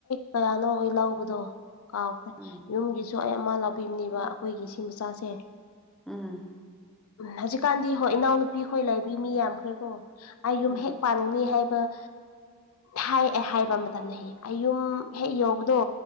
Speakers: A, on the left; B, in the centre.
A: ꯀꯌꯥꯅꯣ ꯑꯩ ꯂꯧꯕꯗꯣ ꯀꯥꯎꯈ꯭ꯔꯦ
B: ꯎꯝ
A: ꯌꯨꯝꯒꯤꯁꯨ ꯑꯩ ꯑꯃ ꯂꯥꯛꯄꯤꯕꯅꯦꯕ ꯑꯩꯈꯣꯏꯒꯤ ꯁꯤ ꯃꯆꯥꯁꯦ
B: ꯎꯝ
A: ꯍꯧꯖꯤꯛꯀꯥꯟꯗꯤ ꯍꯣꯏ ꯏꯅꯥꯎꯅꯨꯄꯤ ꯍꯣꯏ ꯂꯩꯕꯤ ꯃꯤ ꯌꯥꯝꯈ꯭ꯔꯦꯀꯣ ꯑꯩ
B: ꯎꯝ
A: ꯌꯨꯝ ꯍꯦꯛ <unintelligible> ꯍꯥꯏ ꯍꯥꯏꯕ ꯃꯇꯝꯗ ꯑꯩ ꯌꯨꯝ ꯍꯦꯛ ꯌꯧꯕꯗꯣ